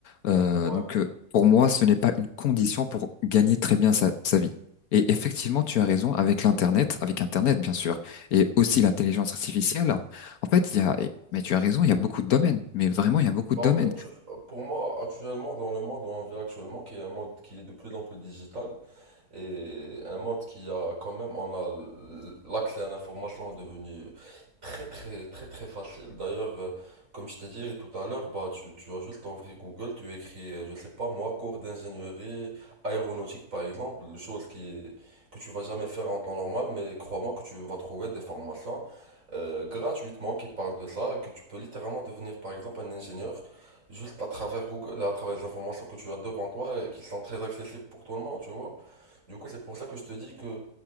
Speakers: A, on the left; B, on the right.
A: Euh,
B: Ouais.
A: donc euh, pour moi, ce n'est pas une condition pour gagner très bien sa, sa vie. Et effectivement, tu as raison avec l'internet, avec internet bien sûr, et aussi l'intelligence artificielle. En fait, il y a mais tu as raison, il y a beaucoup de domaines, mais vraiment il y a beaucoup
B: Bah,
A: de domaines.
B: en fait, je- pour moi, actuellement, dans le monde où on vit actuellement, qui est un monde qui est de plus en plus digital, et un monde qui a quand même, on a l'accès à l'information est devenu très très très très facile. D'ailleurs, euh, comme je t'ai dit tout à l'heure, bah tu, tu as juste à ouvrir Google, tu écris, euh, je sais pas moi, cours d'ingénierie aéronautique par exemple, chose qui est- que tu vas jamais faire en temps normal, mais crois-moi que tu vas trouver des formations euh, gratuitement qui parlent de ça, que tu peux littéralement devenir par exemple un ingénieur juste à travers Google et à travers les informations que tu as devant toi et qui sont très accessibles pour tout le monde, tu vois. Du coup, c'est pour ça que je te dis que